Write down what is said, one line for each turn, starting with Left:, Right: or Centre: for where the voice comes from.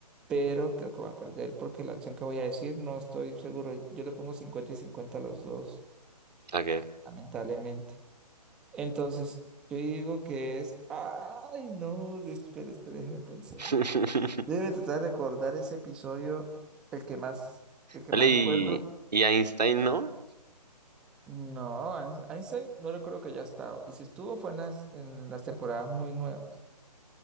Centre: pero creo que voy a perder porque la opción que voy a decir no estoy seguro. Yo le pongo 50 y 50 a los dos,
Right: Ok.
Centre: lamentablemente. Entonces, yo digo que es. Ay, no, espera, espera, déjame pensar.
Right: <laughs>
Centre: Yo Debe tratar de recordar ese episodio, el que más, el que
Right: Vale,
Centre: más
Right: y,
Centre: recuerdo.
Right: y Einstein, ¿no?
Centre: No, Ein- Einstein no recuerdo que haya estado. Y si estuvo fue en las, en las temporadas muy nuevas.